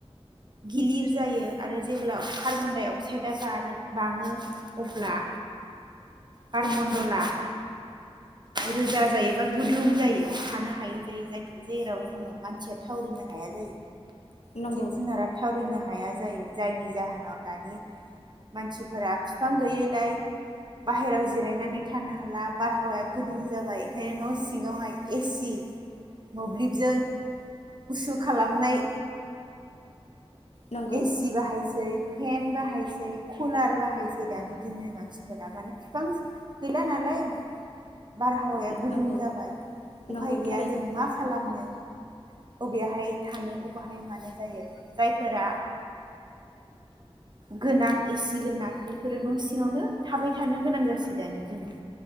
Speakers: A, on the right; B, on the left.
A: गिलिर जायो आरो जेब्ला कार्बन डाइ अक्साइदआ बारो बाङो अब्ला बारमन्दला रोजा जायोबा गुदुं जायो थानो हायै जायो जायखौ जेराव जोङो मानसिया थावरिनो हाया जायो।
B: नंगौ
A: जिब जुनारा थावरिनो हाया जायो। जायनि जाहोनाव दानि मानसिफोरा बिफां गैयैलाय बाहेरायाव जिरायनानै थानो हाला बारहावाया गुदुं जाबाय ओंखायनो न'सिङावहाय एसि मोब्लिबजों गुसु खालामनाय
B: नंगौ
A: एसि बाहायसै फेन बाहा हायसै कुलार बाहायसै दानि दिननि मानसिफोरा माने बिफां गैला नालाय बारहावाया गुदुं
B: नंगौ
A: जाबाय उफाय
B: नंगौ
A: गैया
B: थारैनो
A: जों मा खालामनो बेहाय थानो अबेहाय मानो जायो जायफोरा गोनां एसि गोनां बेफोरो न' सिङावनो थाबाय थानो गोनां जासै दानि दिनाव।